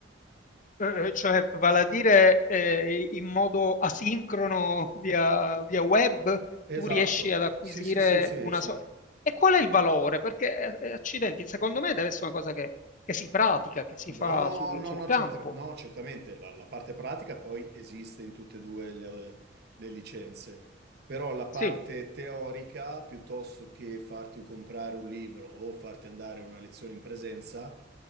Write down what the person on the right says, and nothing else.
Esatto,
sì, sì, sì, sì,
sì.
No,
no,
no,
certa- no, certamente la, la parte pratica poi esiste in tutte e due le, le licenze, però la parte
teorica, piuttosto che farti comprare un libro o farti andare a una lezione in presenza,